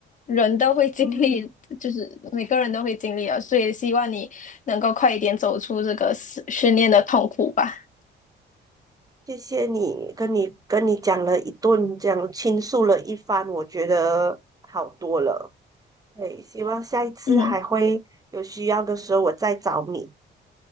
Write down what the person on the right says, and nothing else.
嗯，
谢谢你，跟你跟你讲了一顿，这样倾诉了一番，我觉得好多了。对，希望下一次还会有需要的时候我再找你。